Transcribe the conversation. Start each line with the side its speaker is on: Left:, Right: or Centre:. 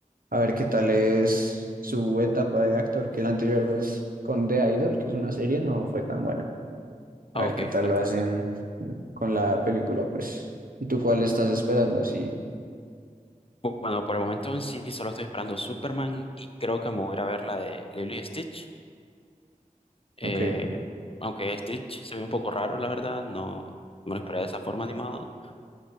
Right: a ver qué tal es su etapa de actor, que la anterior vez con The Idol, que es una serie, no fue tan buena. A
Left: Ah,
Right: ver
Left: ok,
Right: qué tal
Left: entiendo.
Right: lo hacen con la película, pues. ¿Y tú cuál estás esperando? Así,
Left: Bueno, por el momento en sí solo estoy esperando Superman y creo que me voy a ir a ver la de Lilo y Stitch. Eh,
Right: ok.
Left: aunque Stitch se ve un poco raro, la verdad, no me lo esperaba de esa forma animado,